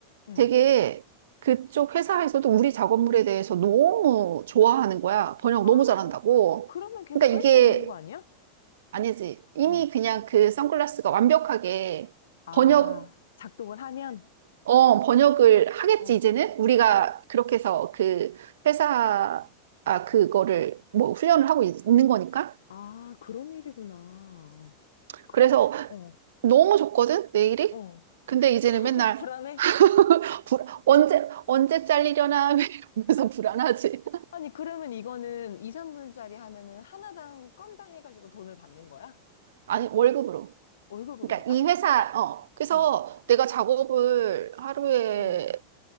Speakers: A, on the left; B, on the right.
A: 음.
B: 되게 그쪽 회사에서도 우리 작업물에 대해서 너무 좋아하는 거야. 번역
A: 아,
B: 너무 잘한다고.
A: 그러면 계속
B: 그러니까
A: 할
B: 이게
A: 수 있는 거 아니야?
B: 아니지. 이미
A: 어.
B: 그냥 그 선글라스가 완벽하게
A: 아,
B: 번역할,
A: 작동을 하면?
B: 어, 번역을 하겠지,
A: 어,
B: 이제는? 우리가 그렇게 해서 그 회사, 아, 그거를 뭐 훈련을 하고 있- 있는 거니까.
A: 아, 그런 일이구나. 그,
B: 그래서
A: 어,
B: 너무 좋거든, 내일이?
A: 어.
B: 근데 이제는
A: <laughs>
B: 맨날
A: 불안해?
B: <laughs> 불, 언제, 언제 잘리려나 <laughs> 이러면서 불안하지.
A: 아니, 그러면 이거는 2, 3분짜리 하면은 하나당 건당 해가지고 돈을 받는 거야?
B: 아니, 월급으로.
A: 월급으로
B: 그러니까
A: 받아?
B: 이 회사, 어, 그래서
A: 어
B: 내가 작업을 하루에
A: 응,